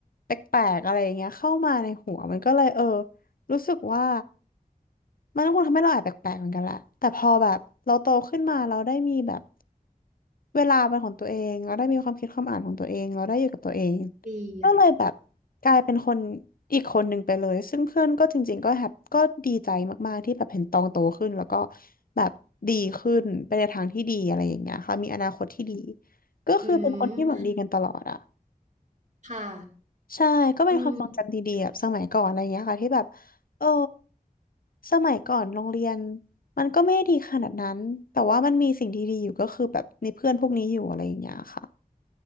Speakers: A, on the left; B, on the right.
A: แปลกๆอะไรอย่างเงี้ยเข้ามาในหัวมันก็เลยเออรู้สึกว่า มันก็คงทำให้เราแอบแปลกๆเหมือนกันแหละแต่พอแบบเราโตขึ้นมาเราได้มีแบบเวลาเป็นของตัวเองเราได้มีความคิดความอ่านของตัวเองเราได้อยู่กับตัวเอง
B: ดีอ่ะ
A: ก็เลยแบบกลายเป็นคนอีกคนหนึ่งไปเลยซึ่งเพื่อนก็จริงๆก็แฮปก็ดีใจมากๆที่แบบเห็นตองโตขึ้นแล้วก็แบบดีขึ้นไปในทางที่ดีอะไรอย่างเงี้ยค่ะมีอนาคตที่ดีก็คือเป็นคนที่หวังดีกันตลอดอะ
B: อืมค่ะ
A: ใช่ก็เป็นความทรงจำดีๆแบบสมัยก่อนอะไรอย่างเงี้ยค่ะที่แบบ
B: อืม
A: เออสมัยก่อนโรงเรียนมันก็ไม่ได้ดีขนาดนั้นแต่ว่ามันมีสิ่งดีๆอยู่ก็คือแบบในเพื่อนพวกนี้อยู่อะไรอย่างเงี้ยค่ะ